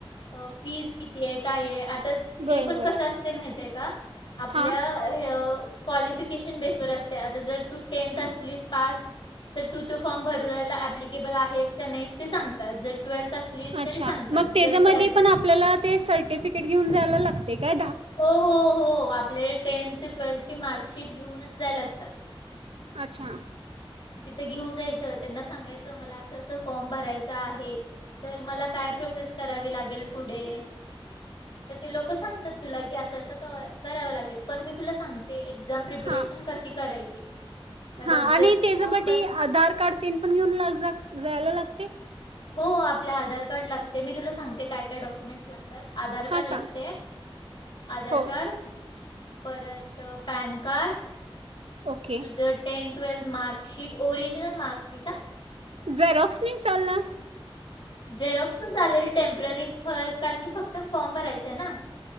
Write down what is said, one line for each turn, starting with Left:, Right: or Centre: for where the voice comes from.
Left: अ फीज किती? हे काय आहे तर
Right: बरोबर
Left: ते पण कसं असते माहित का आपल्या
Right: हां
Left: हे कॉलिफिकेशन बेस वर असते आता जर तू टेंथ असलीस पास तर? तू ते फॉर्म भररायला ऍप्लिकेबल आहेस त्या नाहीस ते सांगतात जर ट्वेल्थ असलीस
Right: अच्छा
Left: तरी सांगतात
Right: मग त्याच्यामध्ये
Left: जर ग्रॅज्युएट
Right: पण आपल्या ते सर्टिफिकेट घेऊन जायला लागते का?
Left: हो हो हो आप आपले टेन्थ ट्वेल्थ ची मार्कशीट घेऊनच जायला लागत.
Right: अच्छा.
Left: तिथे घेऊन जायचं त्यांना सांगायचं मला असं -असं फॉर्म भरायचा आहे. तर मला काय प्रोसेस करावी लागेल पुढे? <inaudible> तर ते लोक सांगतात तुला की असं असं क- करावं लागेल पण मी तुला सांगते एक्झाम प्रिपरेशन
Right: हां
Left: कशी करायची? हे बघ
Right: हां आणि
Left: जर
Right: त्याच्यासाठी
Left: फॉर्म भर
Right: आधार कार्ड पण घेऊन जायला लागते? <unintelligible> ते
Left: हो आपलाधार कार्ड लागते मी तुला सांगते काय काय डॉक्युमेंट्स लागतात आधार
Right: हां
Left: कार्ड
Right: सांग
Left: लागते- आधार
Right: हो
Left: कार्ड परत.. पॅन कार्ड.
Right: ओके
Left: तुझं tenth twelfth mark sheet- original mark sheet हा.
Right: झेरॉक्स नाही चालणार? <inaudible>
Left: झेरॉक्स पण चालेल टेम्पररी. <unintelligible> कारण की फक्त फॉर्म भरायचं. असत ना <unintelligible>